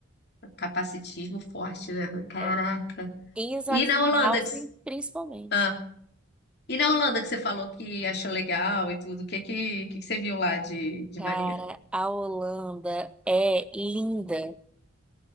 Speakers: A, on the left (about 55°); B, in the centre.
A: Capacitismo forte, né? Caraca.
B: É. Em Sachsenhausen,
A: E na Holanda que... s-
B: principalmente.
A: ah. E na Holanda que você falou que achou legal e tudo, o que que, o que que você viu lá de, de
B: Cara,
A: maneiro?
B: a Holanda é linda.